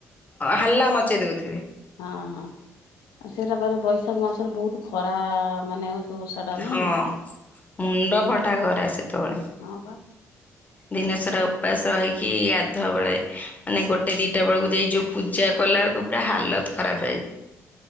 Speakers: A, on the left; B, on the left.
A: ହାଲ୍ଲା ମଚେଇ ଦେଉଥିବେ।
B: ହଁ ହଁ ସେଇରା ପରେ ବୈଶାଖ ମାସରେ ବହୁତ ଖରା ମାନେ ସବୁ ଓଷା ଟା ନାଇଁ
A: ହଁ
B: କି?
A: ମୁଣ୍ଡ
B: ହୁଁ
A: ଫଟା ଖରା ସେତେବେଳେ।
B: ହଁ ପା।
A: ଦିନ ସାରା ଉପାସ ହେଇକି ଗାଧୁଆ ବେଳେ ମାନେ ଗୋଟେ ଦିଟା ବେଳକୁ ଯାଇ ଯୋଉ ପୂଜା କଲା ବେଳକୁ ପୁରା ହାଲତ ଖରାପ ହେଇ